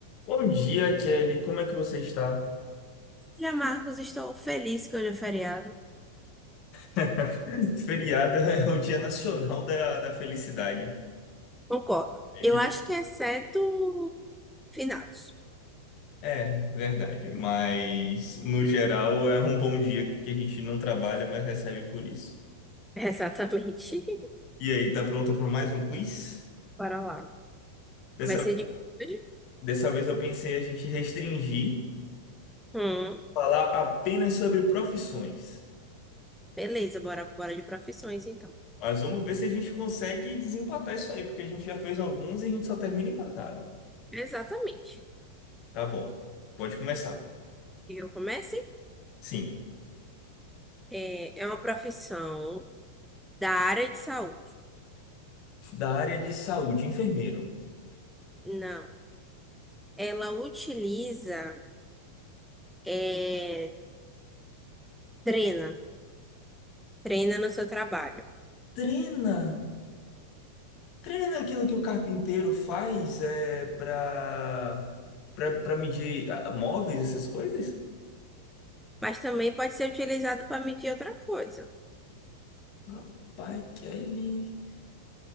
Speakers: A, on the left; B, in the centre.
A: Bom dia, Kelly. Como é que você está?
B: Dia Marcos, estou feliz que hoje é feriado.
A: <laughs> Feriado é o Dia Nacional da, da Felicidade.
B: Concordo.
A: É,
B: Eu
A: de-
B: acho que exceto finados.
A: é, verdade. Mas, no geral, é um bom dia que a gente não trabalha, mas recebe por isso.
B: Exatamente.
A: E aí, tá pronta para mais um quiz?
B: <laughs> Bora lá.
A: Dessa,
B: Vai ser de. hoje?
A: dessa vez eu pensei a gente restringir,
B: Hum,
A: falar apenas sobre profissões.
B: beleza, bora, bora de profissões então.
A: Mas vamos ver se a gente consegue desempatar isso aí, porque a gente já fez alguns e a gente só termina empatado.
B: Exatamente.
A: Tá bom. Pode começar.
B: Eu comecei.
A: Sim.
B: É, é uma profissão da área de saúde.
A: da área de saúde, enfermeiro,
B: Não. Ela utiliza, é, treina, treina no seu trabalho.
A: treina, treina naquilo que o carpinteiro faz é, para para medir ah, móveis, essas coisas?
B: Mas também pode ser utilizado para medir outra coisa.
A: Rapaz, Kelly,